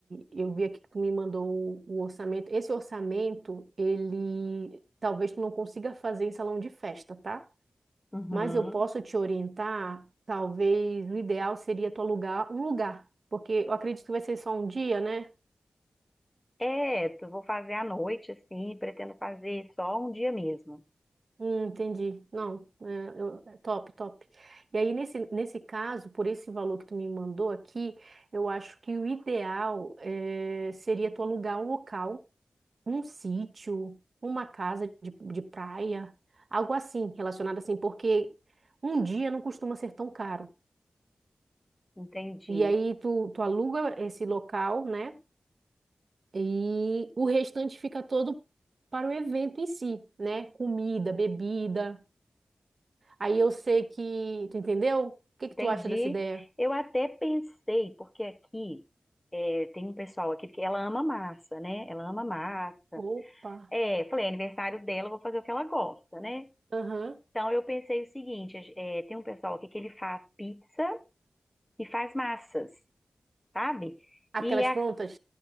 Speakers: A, on the right; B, on the left.
A: eu vi aqui que tu me mandou o, o orçamento. Esse orçamento, ele talvez tu não consiga fazer em salão de festa, tá?
B: Uhum.
A: mas eu posso te orientar. Talvez o ideal seria tu alugar um lugar, porque eu acredito que vai ser só um dia, né?
B: É, eu vou fazer à noite, assim, pretendo fazer só um dia mesmo.
A: Hum, entendi. Não, é, eu- é top, top. E aí, nesse, nesse caso, por esse valor que tu me mandou aqui, eu acho que o ideal é, seria tu alugar um local, um sítio, uma casa de, de praia, algo assim, relacionado assim, porque um dia não costuma ser tão caro.
B: Entendi.
A: E aí, tu, tu aluga esse local, né? E o restante fica todo para o evento em si, né? Comida, bebida. Aí eu sei que, tu entendeu? O que que
B: Entendi.
A: tu acha dessa ideia?
B: Eu até pensei, porque aqui é, tem um pessoal aqui que ela ama massa, né? Ela ama massa.
A: Opa.
B: É, falei, é aniversário dela, eu vou fazer o que ela gosta, né?
A: Aham.
B: Então eu pensei o seguinte, é, tem um pessoal aqui que ele faz pizza e faz massas, sabe? E
A: Aquelas
B: a-
A: prontas?